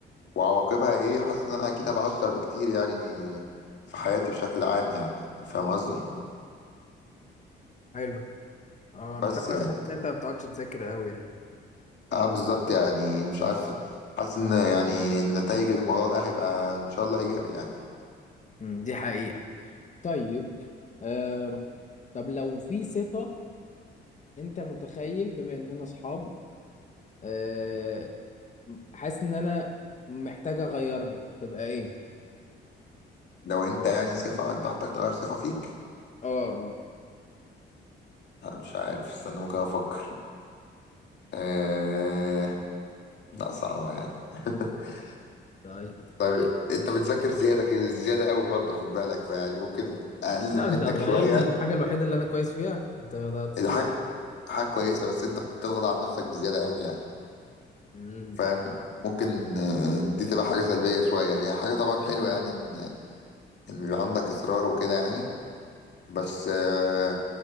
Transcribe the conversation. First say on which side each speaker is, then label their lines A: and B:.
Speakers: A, on the left (about 60°); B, on the left (about 35°).
A: وعواقبها ايه حاسس ان انا اكيد هبقى اشطر بكتير يعني في حياتي بشكل عام يعني فاهم قصدي
B: حلو اه أنا
A: بس
B: فعلا
A: يعني
B: حاسس إن أنت ما بتقعدش تذاكر أوي يعني
A: اه بالظبط يعني مش عارف حاسس ان يعني نتائج الموضوع ده هيبقى ان شاء الله ايجابي يعني
B: أمم، دي حقيقة طيب آه، طب لو في صفة انت متخيل بما اننا اصحاب آه، حاسس ان انا محتاج اغيرها تبقى ايه
A: لو انت يعني صفة انت محتاج تغير صفة فيك
B: اه اه
A: لا مش عارف استنى ممكن افكر آه... لا صعبة يعني <laughs>
B: طيب
A: طيب انت بتذاكر زيادة كده زيادة قوي برضه خد بالك فيعني ممكن اقلل
B: لا
A: منك
B: انت هتغير
A: شوية
B: لي الحاجه الوحيده اللي انا كويس فيها انت هتستعب
A: دي حاجة حاجة كويسة بس انت بتضغط على نفسك بزيادة قوي يعني
B: امم
A: فاهم ممكن آه، دي تبقى حاجة سلبية شوية يعني هي حاجة طبعا حلوة يعني إن إن بيبقى عندك إصرار وكده يعني بس آه،